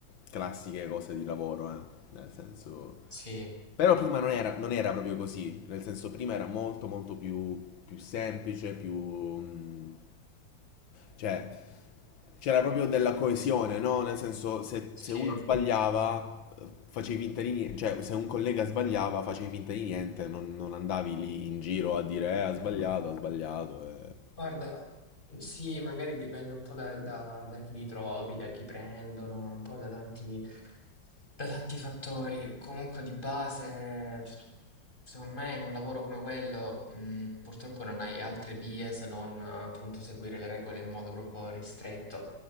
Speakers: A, on the left; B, on the left.
A: classiche cose di lavoro, eh. Nel senso...
B: Sì,
A: Però prima non era, non era proprio così, nel senso prima era molto molto più, più semplice, più... mm, cioè c'era proprio della coesione, no? Nel senso se,
B: sì.
A: se uno sbagliava eh, facevi finta di niente, cioè se un collega sbagliava facevi finta di niente, non, non andavi lì in giro a dire eh, ha sbagliato, ha sbagliato. eh.
B: Guarda, sì, magari dipende un po' da, da- da chi li trovi, da chi prendono, un po' da tanti Da tanti fattori, comunque di base, secondo me in un lavoro come quello, mh, purtroppo non hai altre vie se non eh, appunto seguire le regole in modo proprio ristretto.